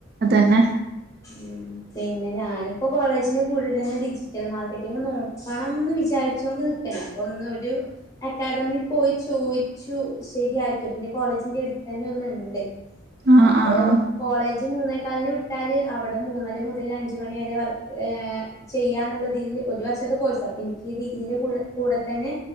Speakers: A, on the right; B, on the left.
A: പിന്നെ
B: ഉം പിന്നെ ഞാനിപ്പോ കോളേജിന്റെ കൂടെ തന്നെ ഡിജിറ്റൽ മാർക്കറ്റിംഗ് നോക്കണം ന്ന് വിചാരിച്ചു അപ്പം ന്ന് ഒരു അക്കാദമി പോയി ചോദിച്ചു ശരിയായിരിക്കും പിന്നെ കോളേജ അടുത്ത് തന്നെ ഒന്നിണ്ട്
A: ആഹ്
B: അപ്പോ
A: ആഹ് ആഹ്
B: കോളേജ് മൂന്നേകാലിന് വിട്ടാല് അവിടെ മൂന്നര മുതൽ അഞ്ച് മണി വരെ വർ ഏഹ് ചെയ്യാന്നുള്ളതിൽ ഒരു വർഷത്തെ കോഴ്സ് അപ്പോ എനിക്കിതി ഇതിന്റെ കൂടെ കൂടെ തന്നെ